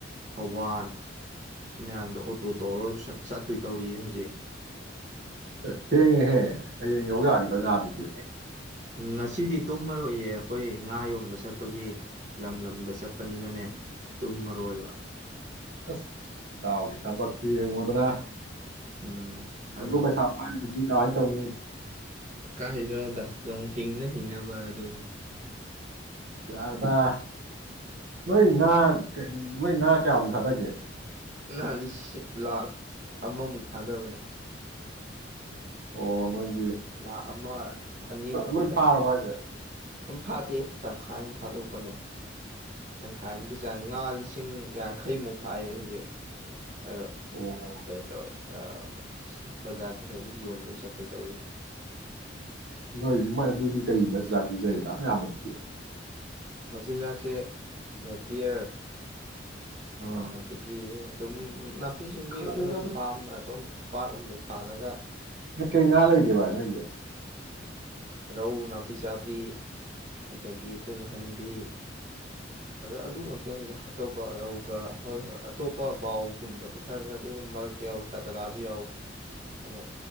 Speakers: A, on the right (about 40°); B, on the right (about 60°).
A: ꯊꯧꯕꯥꯜ ꯁꯤ ꯃꯌꯥꯝꯗ ꯑꯣꯇꯣ ꯇꯧꯔꯒ ꯆꯠꯇꯣꯏ ꯇꯧꯔꯤꯌꯦ ꯍꯧꯖꯤꯛ
B: ꯑꯁ ꯍꯦꯡꯉꯍꯦ ꯍꯌꯦꯡ ꯌꯧ ꯌꯥꯈꯤꯗ꯭ꯔꯥ ꯉꯥꯗꯨꯗꯤ
A: ꯎ ꯉꯁꯤꯗꯤ ꯇꯨꯝꯃꯔꯣꯏꯌꯦ ꯑꯩꯈꯣꯏ ꯉꯥ ꯌꯣꯟꯕ ꯆꯠꯄꯒꯤ ꯂꯝ ꯂꯝꯗ ꯆꯠꯄꯅꯤꯅꯅꯦ ꯇꯨꯝꯃꯔꯣꯏꯕ
B: ꯑꯁ ꯇꯥꯎꯋꯦ ꯊꯕꯛꯁꯤ ꯌꯦꯡꯉꯨꯗꯅ
A: ꯎꯝ
B: ꯆꯂꯣ
A: ꯑꯗꯣ
B: ꯄꯩꯁꯥ ꯄꯥꯏ <inaudible> ꯀꯃꯥꯏ <unintelligible> <inaudible>
A: ꯀꯥꯏ ꯍꯩꯗꯣꯏꯅꯣꯗ ꯗꯨꯝ ꯍꯤꯡꯅ ꯍꯤꯡꯅꯕ ꯑꯗꯨꯅꯤ꯫
B: ꯌꯥꯔꯦꯗꯥ ꯅꯣꯏ ꯉꯥ ꯅꯣꯏ ꯉꯥ ꯀꯌꯥꯃꯨꯛ ꯊꯥꯗꯒꯦ꯫
A: ꯉꯥ ꯂꯤꯁꯤꯡ ꯂꯥꯥꯛ ꯑꯃꯃꯨꯛ ꯊꯥꯗꯕꯅꯦ꯫
B: ꯑꯣ ꯅꫭꯏ
A: ꯂꯥ ꯑꯃ ꯑꯅꯤꯃꯨꯛꯀꯤ
B: ꯂꯣꯏ
A: ꯆꯥꯡ
B: ꯐꯥꯔꯕꯣ ꯍꯥꯏꯖꯦ
A: ꯑꯗꯨꯝ ꯐꯥꯗꯦ ꯇꯪꯈꯥꯏ ꯑꯃ ꯐꯥꯗꯣꯛꯄꯅꯦ꯫ ꯇꯪꯈꯥꯏꯃꯨꯛꯀꯤ ꯆꯥꯡ ꯉꯥ ꯂꯤꯁꯤꯡ ꯌꯥꯡꯈꯩꯃꯨꯛ ꯐꯥꯏꯌꯦ ꯍꯧꯖꯤꯛ꯫ ꯑꯗ
B: ꯑꯣ
A: ꯀꯩ ꯇꯋꯦ ꯑꯥ ꯕꯖꯥꯔ ꯀ ꯀꯩꯗꯤ ꯌꯣꯟꯗꯣꯏ ꯆꯠꯇꯣꯏ ꯇꯧꯔꯤ꯫
B: ꯅꯣꯏ ꯃꯣꯏ ꯑꯗꯨꯗꯤ ꯀꯩ ꯃꯆꯤꯟꯖꯥꯛ ꯄꯤꯖꯩ ꯗꯨꯛ ꯌꯥꯝ ꯌꯥꯝꯕꯗꯨꯗꯤ꯫
A: ꯃꯆꯤꯟꯖꯥꯛꯁꯦ ꯅꯦꯄꯤꯌꯔ
B: ꯑꯣ
A: ꯑ ꯑꯗꯒꯤ ꯗꯨꯝ ꯅꯥꯞ ꯄꯤꯁꯤꯡꯕꯤꯉ
B: ꯈꯪꯗꯦꯗ ꯑꯗꯨ
A: ꯐꯥꯝꯅ ꯁꯨꯝ ꯄꯥꯠꯂꯣꯝꯗꯩ ꯐꯥꯜꯂꯒ
B: ꯀꯩꯀꯩ ꯉꯥ ꯂꯩꯒꯦ ꯚꯥꯏ ꯅꯣꯏꯁꯦ
A: ꯔꯧ ꯅꯥꯄꯤ ꯆꯥꯕꯤ ꯑꯗꯒꯤ ꯇꯨꯡꯍꯟꯕꯤ ꯑꯗꯣ ꯑꯗꯨ ꯈꯛꯇꯅꯤꯗ꯫ ꯑꯇꯣꯞꯄ ꯔꯧꯒ ꯍꯣꯏ-ꯍꯣꯏ ꯑꯇꯣꯞꯄ ꯕꯥꯎꯒꯨꯝꯕꯗꯤ ꯈꯔ ꯈꯔꯗꯤ ꯑꯗꯨꯝ ꯃꯔꯛ ꯌꯥꯎꯏ ꯇꯥ ꯇꯔꯥꯁꯨ ꯌꯥꯎꯏꯤ ꯑꯗꯣ